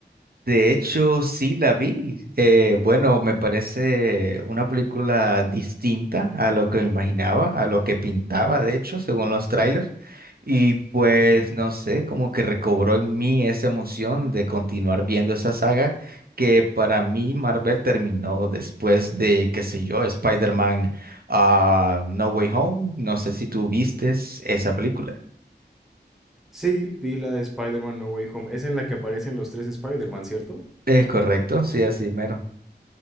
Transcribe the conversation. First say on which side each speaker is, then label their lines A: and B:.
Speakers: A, on the right; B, in the centre.
A: De hecho, sí la vi. Eh, bueno, me parece una película distinta a lo que me imaginaba, a lo que pintaba, de hecho, según los trailers. Y pues,
B: Ujú.
A: no sé, como que recobró en mí esa emoción de continuar viendo esa saga que para mí Marvel terminó después de, qué sé yo, Spider-Man, ah, No Way Home. No sé si tú vistes esa película.
B: Sí, vi la de Spider-Man No Way Home. Es en la que aparecen los tres Spider-Man, ¿cierto?
A: Es correcto, sí, así mero.